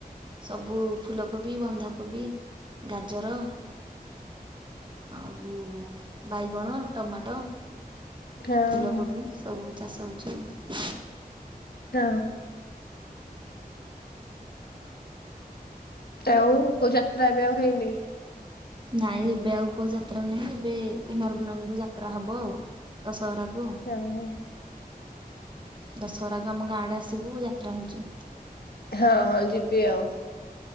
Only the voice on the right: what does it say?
ସବୁ ଫୁଲକୋବି, ବନ୍ଧାକୋବି। ଗାଜର ଆଉ ବାଇଗଣ, ଟମାଟୋ।
ଫୁଲକୋବି ସବୁ ଚାଷ ଉଛି ଆଉ।
ନାଇଁ ଏବେ ଆଉ କୋଉ ଯାତ୍ରା ନାହିଁ ଏବେ କୁମାର ପୂର୍ଣମୀ କୁ ଯାତ୍ରା ହବ ଆଉ। ଦଶହରାକୁ।
ଦଶହରାକୁ ଆମ ଗାଁଡ଼େ ଆସିବୁ ଯାତ୍ରା ହଉଛି।